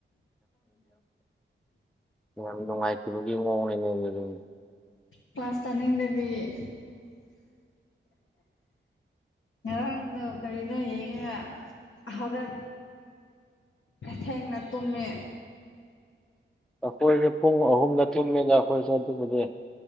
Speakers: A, in the centre; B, on the left.
A: ꯌꯥꯝ ꯅꯨꯡꯉꯥꯏꯇꯕꯒꯤ ꯃꯑꯣꯡꯅꯤꯅꯦ ꯑꯗꯨꯗꯤ
B: ꯀ꯭ꯂꯥꯁ ꯇꯥꯅꯤꯡ ꯗꯕꯤ <unintelligible> ꯉꯔꯥꯡꯗꯣ ꯀꯔꯤꯅꯣ ꯌꯦꯡꯉꯒ ꯍꯧꯒꯠ ꯊꯦꯡꯅ ꯇꯨꯝꯃꯤ
A: ꯑꯩꯈꯣꯏꯁꯦ ꯄꯨꯡ ꯑꯍꯨꯝꯗ ꯇꯨꯝꯃꯦꯗ ꯑꯩꯈꯣꯏꯁꯨ ꯑꯗꯨꯕꯨꯗꯤ